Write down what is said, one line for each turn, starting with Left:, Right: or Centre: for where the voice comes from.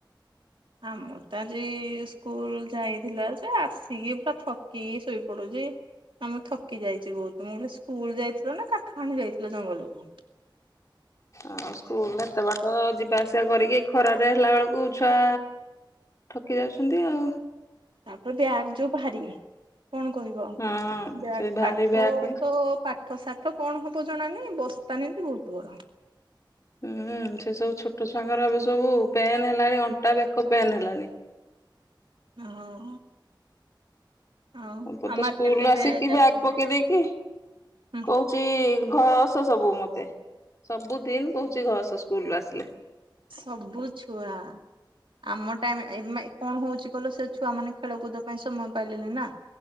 Right: ଆମର ତ ଆଜି ସ୍କୁଲ ଯାଇଥିଲା ଯେ ଆସିକି ପୁରା ଥକିକି ଶୋଇପଡୁଛି। ନା ମୁଁ ଥକି ଯାଇଛି ବହୁତ ମୁଁ କଲି ସ୍କୁଲ ଯାଇଥିଲ ନା କାଠ ହାଣି ଯାଇଥିଲ ଜଙ୍ଗଲକୁ।
Left: ଆଉ ସ୍କୁଲରେ ଏତେ ବାଟ ଯିବା ଆସିବା କରିକି ଖରାରେ ହେଲା ବେଳକୁ ଛୁଆ ଥକି ଯାଉଛନ୍ତି ଆଉ।
Right: ତାପରେ ବ୍ୟାଗ ଯୋଉ ଭାରି କଣ କହିବ ଆଉ
Left: ହଁ
Right: ବ୍ୟାଗ
Left: ସେଇ ଭାରି
Right: ପାଠ
Left: ବ୍ୟାଗ
Right: ତ ପାଠ ସାାଠ କଣ ହବ ଜଣାନାହିଁ ବସ୍ତାନ ନ୍ତି ବହୁତ ବଡ।
Left: ହୁଁ ସେ ସବୁ ଛୋଟ ଛୁଆଙ୍ଗର ଏବେ ସବୁ ପେନ୍ ହେଲାଣି ଅଣ୍ଟା ବେକ ପେନ୍ ହେଲାଣି।
Right: ହଁ। ଆଉ
Left: ମୋ ପୁଅ
Right: ଆଉ
Left: ତ
Right: ମାର୍କେଟ
Left: ସ୍କୁଲୁ
Right: କେବେ
Left: ଆସିକି
Right: ଯାଇଥିଲ
Left: ବ୍ୟାଗ ପକେଇ ଦେଇକି
Right: ହୁଁ।
Left: କହୁଚି ଘସ ସବୁ ମତେ। ସବୁ ଦିନ କହୁଛି ଘସ ସ୍କୁଲୁ ରୁ ଆସିଲେ।
Right: ସବୁ ଛୁଆ। ଆମ ଟାଇମ ଏ ମେ କଣ ହଉଛି କହିଲ ସେ ଛୁଆ ମାନେ ଖେଳକୁଦ ପାଇଁ ସମୟ ପାଇଲେନି ନା।